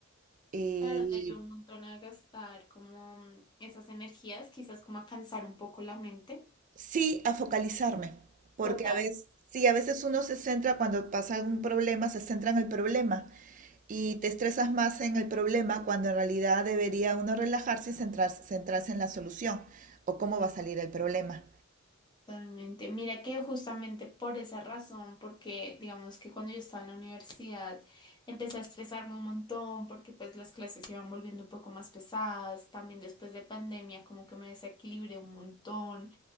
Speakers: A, on the right; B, on the left.
A: Y
B: Claro, te ayuda un montón a gastar como mm, esas energías, quizás como a cansar un poco la mente.
A: sí, a focalizarme. Porque
B: Total.
A: a veces, sí, a veces uno se centra cuando pasa algún problema, se centra en el problema. y te estresas más en el problema cuando en realidad debería uno relajarse y centrarse, centrarse en la solución o cómo va a salir el problema.
B: Totalmente. Mira que justamente por esa razón, porque digamos que cuando yo estaba en la universidad empecé a estresarme un montón porque pues las clases se iban volviendo un poco más pesadas, también después de pandemia como que me desequilibré un montón.